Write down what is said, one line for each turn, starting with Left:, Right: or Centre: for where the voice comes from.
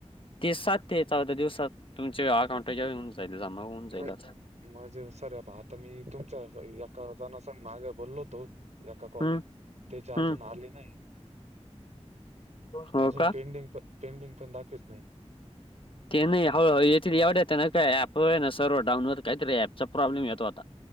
Left: ते सात ते चौदा दिवसात तुमचे अकाउंटला होऊन जाईल, जमा होऊन जाईल
Right: नाही.
Left: आता.
Right: म्हणजे सर आता मी तुमच्या एका जना संग मागे बोललो होतो एका कॉल
Left: हं
Right: तेचे आजून
Left: हं
Right: आले नाही.
Left: हो
Right: अजून
Left: का
Right: पेंडिंग पण, पेंडिंग पण दाखवित नाही.
Left: ते नाही हळूहळू येतेत एवढ्याच्यानं काय आहे, आपणच सर्व्हर डाउन वर काहीतरी ऍपचा प्रॉब्लेम येत होता